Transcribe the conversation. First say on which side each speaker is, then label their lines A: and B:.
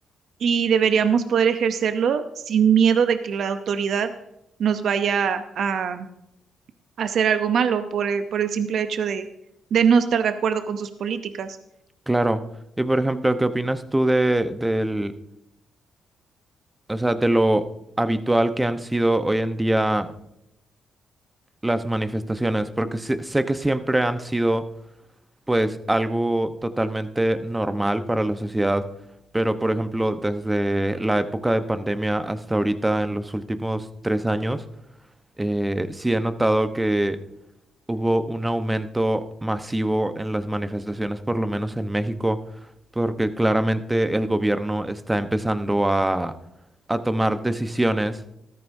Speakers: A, on the right; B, on the right.
A: y deberíamos poder ejercerlo sin miedo de que la autoridad nos vaya a hacer algo malo por el, por el simple hecho de, de no estar de acuerdo con sus políticas.
B: Claro. Y por ejemplo, ¿qué opinas tú de, del, o sea, de lo habitual que han sido hoy en día las manifestaciones? Porque sé sé que siempre han sido, pues, algo totalmente normal para la sociedad, pero por ejemplo, desde la época de pandemia hasta ahorita, en los últimos tres años, eh, sí he notado que hubo un aumento masivo en las manifestaciones, por lo menos en México, porque claramente el gobierno está empezando a, a tomar decisiones